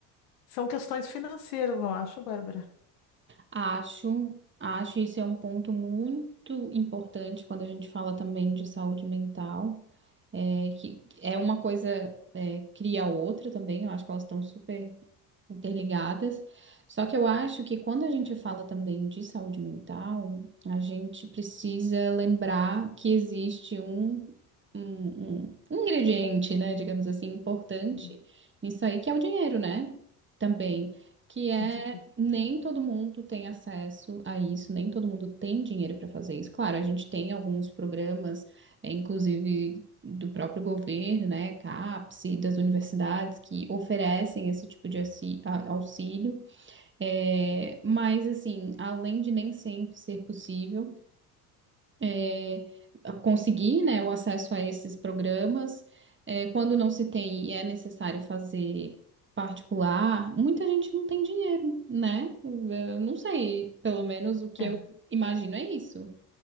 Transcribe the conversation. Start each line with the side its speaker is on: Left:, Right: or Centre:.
Left: São questões financeiras, não acho, Bárbara?
Right: Acho, acho isso é um ponto muito importante quando a gente fala também de saúde mental, é, que que é uma coisa, é, cria a outra também, eu acho que elas estão super interligadas. Só que eu acho que quando a gente fala também de saúde mental, a gente precisa lembrar que existe um, um, um um ingrediente, né, digamos assim, importante
Left: Hum,
Right: nisso aí, que é o dinheiro, né? Também. Que é
Left: Com certeza.
Right: nem todo mundo tem acesso a isso, nem todo mundo tem dinheiro para fazer isso. Claro, a gente tem alguns programas, é, inclusive do próprio governo, né, CAPES e das universidades que oferecem esse tipo de auxí- a- auxílio, É, mas assim, além de nem sempre ser possível é, conseguir, né, o acesso a esses programas, é, quando não se tem e é necessário fazer particular, muita gente não tem dinheiro, né? Eu não sei, pelo menos o que
Left: É.
Right: eu imagino é isso.